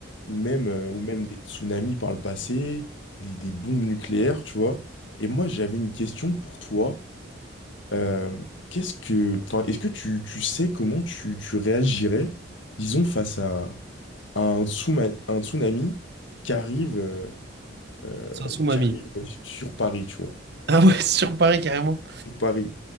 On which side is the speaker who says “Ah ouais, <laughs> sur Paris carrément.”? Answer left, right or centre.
Right